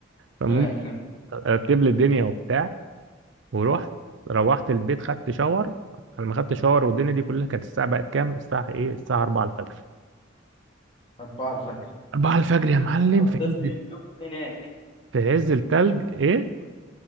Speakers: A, on the right; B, on the left.
A: فالمهم
B: ربنا يكرمك
A: رتب لي الدنيا وبتاع ورحت روحت البيت خدت شاور لما خدت شاور والدنيا دي كلها كانت الساعه بقت كام الساعه ايه الساعه 4 الفجر
B: أربعة الفجر
A: 4 الفجر يا معلم
B: قضيت
A: في عز
B: اليوم هناك
A: في عز التلج ايه